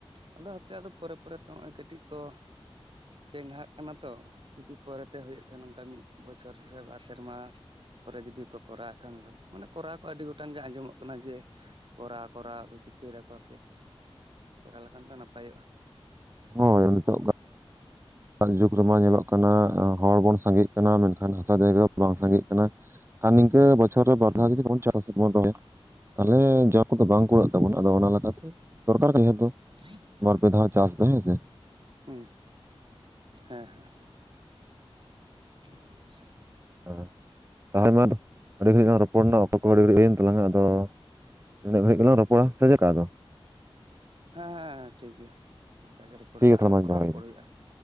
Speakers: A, on the right; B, on the right.
A: ᱟᱫᱚ ᱦᱟᱯᱮᱭᱟᱜ ᱫᱚ ᱯᱚᱨᱮ ᱯᱚᱨᱮ ᱛᱮ ᱦᱚᱹᱜᱼᱚᱭ ᱠᱟᱹᱴᱤᱡ ᱠᱚ ᱪᱮᱸᱜᱷᱟᱜ ᱠᱟᱱᱟ ᱛᱚ ᱡᱩᱫᱤ ᱯᱚᱨᱮᱛᱮ ᱦᱩᱭᱩᱜ ᱠᱷᱟᱱ ᱚᱝᱠᱟ ᱢᱤᱜ ᱵᱚᱪᱷᱚᱨ ᱥᱮ ᱵᱟᱨ ᱥᱮᱨᱢᱟ ᱯᱚᱨᱮ ᱡᱩᱫᱤ ᱠᱚ ᱠᱚᱨᱟᱣ ᱠᱷᱟᱱ ᱫᱚ ᱢᱟᱱᱮ ᱠᱚᱨᱟᱣ ᱠᱚ ᱟᱹᱰᱤ ᱜᱚᱴᱟᱝ ᱜᱮ ᱟᱸᱡᱚᱢᱚᱜ ᱠᱟᱱᱟ ᱡᱮ ᱠᱚᱨᱟᱣ ᱠᱚᱨᱟᱣ ᱟᱫᱚ ᱪᱤᱠᱟᱹᱭ ᱫᱟᱠᱚ ᱦᱟᱯᱮ ᱠᱚᱨᱟᱣ ᱞᱮᱠᱷᱟᱱ ᱫᱚ ᱱᱟᱯᱟᱭᱚᱜᱼᱟ᱾
B: ᱦᱳᱭ ᱱᱤᱛᱚᱜ ᱜᱟ ᱟᱜ ᱡᱩᱜᱽ ᱨᱮᱢᱟ ᱧᱮᱞᱚᱜ ᱠᱟᱱᱟ ᱦᱚᱲ ᱵᱚᱱ ᱥᱟᱸᱜᱮᱜ ᱠᱟᱱᱟ ᱢᱮᱱᱠᱷᱟᱱ ᱦᱟᱥᱟ ᱡᱟᱭᱜᱟ ᱵᱟᱝ ᱥᱟᱸᱜᱮᱜ ᱠᱟᱱᱟ᱾ ᱟᱨ ᱱᱤᱝᱠᱟᱹ ᱵᱚᱪᱷᱚᱨ ᱨᱮ ᱵᱟᱨ ᱫᱷᱟᱣ ᱡᱚᱫᱤ ᱠᱚ ᱪᱟᱥ ᱵᱚᱱ ᱨᱚᱦᱚᱭᱟ ᱛᱟᱞᱦᱮ ᱡᱚ ᱠᱚᱫᱚ ᱵᱟᱝ ᱠᱩᱲᱟᱹᱜ ᱛᱟᱵᱚᱱᱟ ᱟᱫᱚ ᱚᱱᱟ ᱞᱮᱠᱟᱛᱮ ᱫᱚᱨᱠᱟᱨ ᱠᱟᱱᱟ ᱱᱤᱦᱟᱹᱛ ᱫᱚ᱾
A: <inaudible>
B: ᱵᱟᱨᱯᱮ ᱫᱷᱟᱣ ᱪᱟᱥ ᱫᱚ ᱦᱮᱸ ᱥᱮ᱾
A: ᱦᱩᱸ ᱦᱮᱸ ᱦᱮᱸ ᱦᱮᱸ ᱟᱪᱪᱷᱟ
B: ᱦᱮᱸ ᱛᱟᱦᱞᱮ ᱢᱟᱫᱚ ᱟᱹᱰᱤ ᱜᱷᱟᱹᱲᱤᱡ ᱞᱟᱝ ᱨᱚᱯᱚᱲᱱᱟ ᱚᱠᱛᱚ ᱠᱚ ᱟᱹᱰᱤ ᱜᱷᱟᱹᱲᱤᱡ ᱦᱩᱭᱮᱱ ᱛᱟᱞᱟᱝᱟ ᱟᱫᱚ ᱤᱱᱟᱹᱜ ᱜᱟᱹᱲᱤᱡ ᱜᱮᱞᱟ ᱨᱚᱯᱚᱲᱟ ᱥᱮ ᱪᱮᱫᱠᱟ ᱟᱫᱚ?
A: ᱦᱮᱸ ᱦᱮᱸ ᱦᱮᱸ ᱴᱷᱤᱠ ᱜᱮᱭᱟ ᱱ ᱚᱝᱠᱟᱜᱮ ᱨᱚᱯᱚᱲᱟᱞᱟᱝ
B: ᱴᱷᱤᱠ ᱜᱮᱭᱟ ᱛᱟᱦᱚᱞᱮ
A: ᱟᱨᱚ
B: ᱢᱟᱧ
A: ᱯᱚᱨᱮ
B: ᱫᱚᱦᱚᱭᱮᱫᱟ
A: ᱨᱚᱯᱚᱲ ᱦᱩᱭᱩᱜᱼᱟ᱾